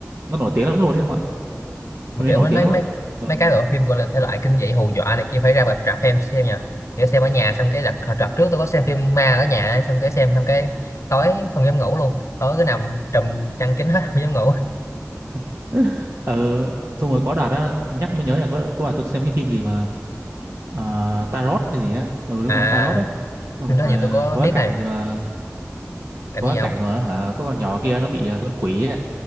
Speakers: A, on the right; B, on the left.
A: nó nổi tiếng lắm luôn đấy em ạ
B: mà
A: phim đấy
B: kiểu
A: nổi
B: nó
A: tiếng
B: nói
A: lắm
B: mấy
A: ạ còn
B: mấy cái bộ phim gọi là thể loại kinh dị hù dọa này kia phải ra rạp rạp em xem nha kiểu xem ở nhà xong cái đặt hồi đợt trước tôi có xem phim ma ở nhà ấy, xong cái xem xong cái tối không dám ngủ luôn tối cứ nằm trùm chăn kín hết <laughs> không dám ngủ
A: <laughs> ờ xong rồi có đợt á nhắc mới nhớ là có có đợt tôi xem cái phim gì mà ờ, Tarot hay gì á ừ đúng
B: à
A: rồi Tarot đấy xong
B: phim đó
A: rồi
B: thì tôi có
A: có cái
B: biết
A: cảnh
B: này
A: gì mà
B: cảnh
A: có
B: gì
A: cái cảnh
B: không
A: mà hả có con nhỏ kia nó bị ờ, con quỷ